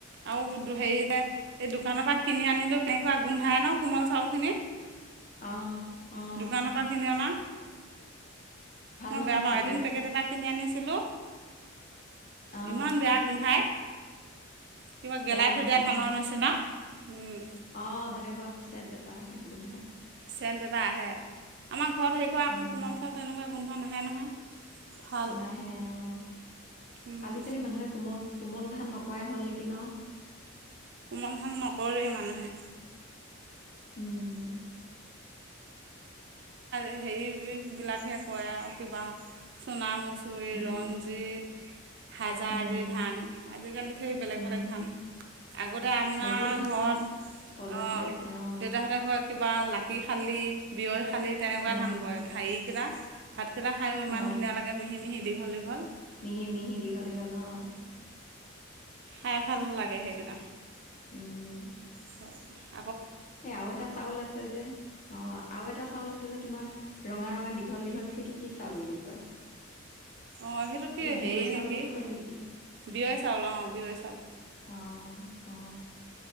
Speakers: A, on the right (about 55°); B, on the left (about 40°).
A: আৰু হেৰি এই দোকানৰ পৰা কিনি আনিলোঁ কেনেকুৱা গোন্ধায় ন' কোমল চাউলখিনি।
B: অহ - অহ।
A: দোকানৰ পৰা কিনি অনা মই
B: নহয়
A: বেয়া পাও
B: সেইবিলাক
A: এদিন পেকেট এটা কিনি আনিছিলো।
B: অ
A: ইমান বেয়া গোন্ধাই। কিবা গেলাই
B: বেয়া গোন্ধায়
A: থৈ দিয়া ধানৰ
B: অ,
A: নিচিনা উম,
B: আহ তেনেকুৱাছে আহে গোন্ধাই।
A: চেণ্ট এটা আহে, আমাৰ ঘৰত হেৰি কৰা আকৌ
B: উম
A: কোমল চাউলটোৰ তেনেকুৱা গোন্ধ নাহে নহয়। ভাল
B: নাহে অ,
A: উম,
B: আজিকালি মানুহে কোমল কোমল ধান নকৰাই হ'ল নেকি ন।
A: কোমল ভাল নকৰে মানুহে।
B: উম,
A: এই হেৰি বিলাকহে কয় আৰু কিবা চোণ <unintelligible>
B: উম
A: হাজাৰী
B: উম
A: ধান আজিকালি হেই বেলেগ-
B: উম
A: বেলেগ ধান আগতে আমাৰ
B: বহুত ধানৰ
A: ঘৰ
B: প্ৰজাতি
A: অ',
B: আছে অ
A: দেউতাহঁতে কয় কিবা লাকি খালি। বিয় খালি তেনেকুৱা
B: উম
A: ধান কৰে ধাহি কেইটা কেইটা খায়ো ইমান
B: অ
A: ধুনীয়া লাগেিহি দীঘল - দীঘল।
B: মিহি - মিহি, দীঘল - দীঘল অহ,
A: খাই ভাল লাগে সেইকেইটা।
B: উম,
A: হয়।
B: এ আৰু এটা চাউল আছে যে, অ, আৰু এটা চাউল আছে যে তোমাৰ ৰঙা - ৰঙা দীঘল দীঘল সেইটো কি চাউল বুলি কয়।
A: অ, সেইটো কি হেৰি
B: বিয়ৈ চাউল
A: নেকি
B: বুলি কয় নেকি
A: বিয়য় চাউল অ, বিয়য় চাউল।
B: অ', অ,